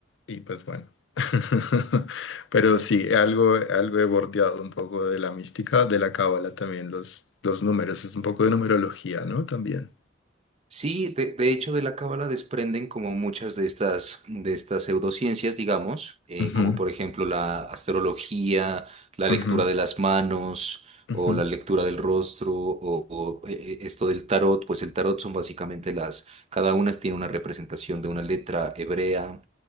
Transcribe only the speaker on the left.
y pues bueno. <laughs> Pero sí, algo, algo he bordeado un poco de la mística, de la cábala también, los, los números, es un poco de numerología, ¿no? También.
Ujú,
ujú,
ujú,